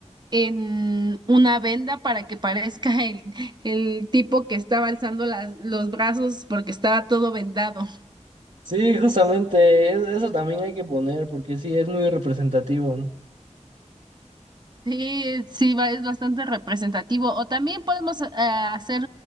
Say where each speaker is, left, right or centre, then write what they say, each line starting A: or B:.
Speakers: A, on the right (about 35°); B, on the right (about 65°).
A: en una venda para que parezca el, el tipo que estaba alzando las, los brazos porque estaba todo vendado.
B: Sí, justamente, es- eso también hay que poner porque sí, es muy representativo.
A: Sí, eh, sí, va- es bastante representativo. O también podemos eh, hacer